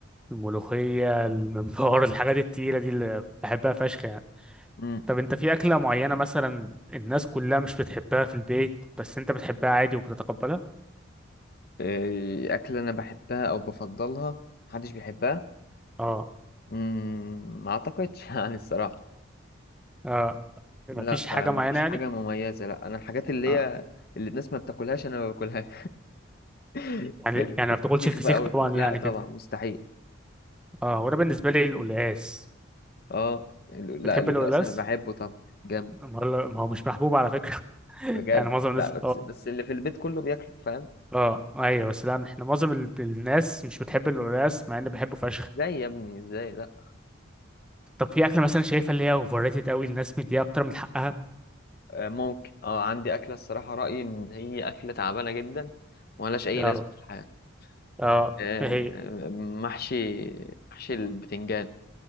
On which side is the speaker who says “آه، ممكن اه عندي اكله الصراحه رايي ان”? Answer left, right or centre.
Left